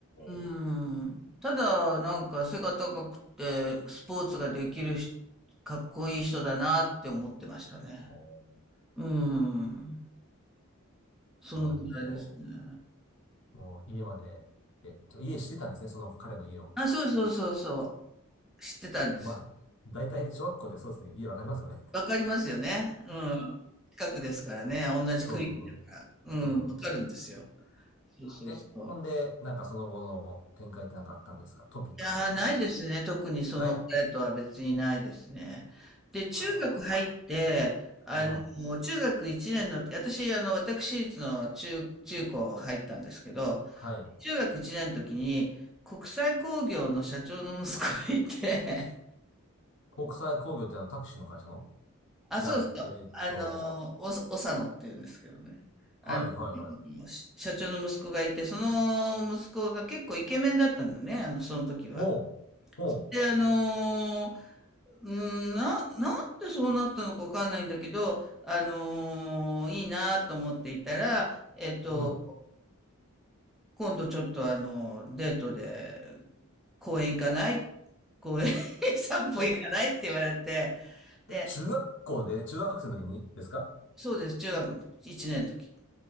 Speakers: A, in the centre; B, on the left.
A: う
B: ー、
A: ん。ただ、なんか背が高くて、スポーツができるし、かっこいい人だなって思ってましたね。
B: おー、
A: うん。そのぐらいですね。
B: 甘いですね。もう家まで行って、ちょ、家知ってたんですね、その彼の家を。
A: あ、
B: <laughs>
A: そうそうそうそう。知ってたんですよ。
B: まあ、大体小学校でそうですね、家わかりますよね。
A: わかりますよね。うん。近くですからね。同じ区域だから。
B: そうそうそう。
A: うん。
B: そうそう。
A: わかるんですよ。そうそうそう。
B: え、ほんで、なんかその後の展開ってなんかあったんですかトピックみたいなのは。
A: いやー、ないですね。特にその彼とは別にないですね。
B: ない。
A: で、中学入って、
B: あ
A: あの、
B: らー、うん。
A: 中学1年の、私、あの、私立の中、中高入ったんですけど、
B: はい。
A: 中学1年の時に、国際興業の社長の息子がいて、
B: 国際工業ってあのタクシーの会社の
A: <laughs> あ、
B: 違う。
A: そうそう、
B: えーっと、
A: あの、お、おさのって言うんですけどね。あ
B: はいはいはい。
A: の、し社長の息子がいて、その息子が結構イケメンだったんだね、あの、その時は。
B: ほう、ほ
A: で、あのうん、な、なんでそうなったのかわかんないんだけど、あのーいいなと思っていたら、えっと、
B: う、うん。
A: 今度ちょっとあの、デートで公園行かない公園 <laughs> 散歩行かないって言われて、
B: え、
A: で、
B: え、中学校で、中学生の時にですか
A: そうです、中学の時、1年の時。